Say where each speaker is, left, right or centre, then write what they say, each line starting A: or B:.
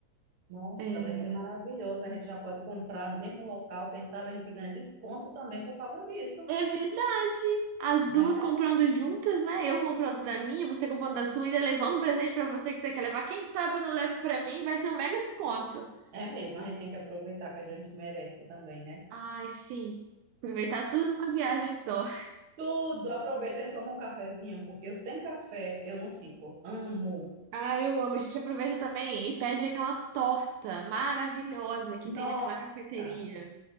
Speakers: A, on the right; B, on the right.
A: Nossa,
B: É,
A: vai ser maravilhoso. A gente já pode comprar no mesmo local. Quem sabe a gente ganha desconto também por causa disso,
B: é verdade. As
A: né?
B: duas comprando juntas, né? Eu comprando da minha, você comprando da sua, ainda levando um presente pra você que você quer levar. Quem sabe eu não levo pra mim, vai ser um mega desconto.
A: É mesmo, a gente tem que aproveitar que a gente merece também, né?
B: Ai, sim. Aproveitar tudo numa viagem só.
A: Tudo, aproveita e toma um cafezinho, porque eu sem café eu não fico. Amo.
B: Ah, eu amo. A gente aproveita também e pede aquela torta maravilhosa que
A: Nossa,
B: tem naquela cafeteria.